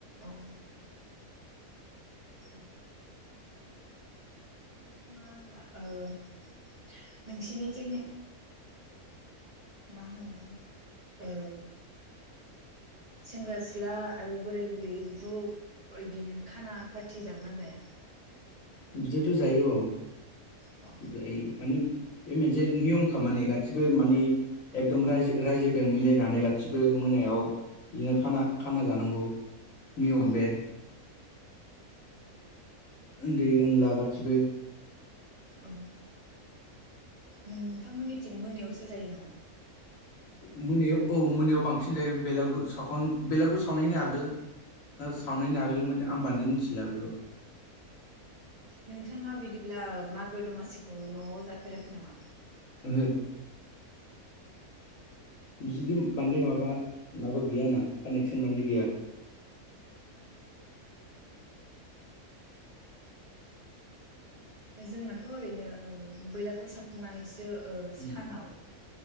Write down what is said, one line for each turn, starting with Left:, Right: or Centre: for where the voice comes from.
Right: औ उम नोंथाङा होनब्ला ओ नोंसिनिथिं मा होनो ओ सेंग्रा सिख्ला आरो बोराय बुरै ज' इदिनो खाना पारथि जागोन ना जाया?
Left: बिदिथ' जायो अ।
Right: अ
Left: जायो माने बे मोनसे नियमखा मानि गासिबो माने एकदम रायजो रायजोदों मिलायनानै गासिबो मोनायाव इदिनो खाना खाना जानांगौ। नियम
Right: औ
Left: बे। उन्दै उनला गासिबो।
Right: औ नोंथांमोननिथिं मोनायावसो जायो नामा?
Left: मोनायाव औ मोनायाव बांसिन जायो बेलागुर सावखां बेलागुर सावनायनि आगोल। ना
Right: औ
Left: सावनायनि आगोलैमोने आं बान्द्राय मिथिला बेखौ।
Right: नोंथाङा बिदिब्ला मागो दमासिखौ न'आव जाफेराखै नामा?
Left: ओंहो बिदि बांदाय माबा माबा गैया आंना कानेक्सन बान्द्राय गैया।
Right: जोंनाथ' ओरैनो औ बैलागुर सावखांनानैसो ओ
Left: उम।
Right: सानाव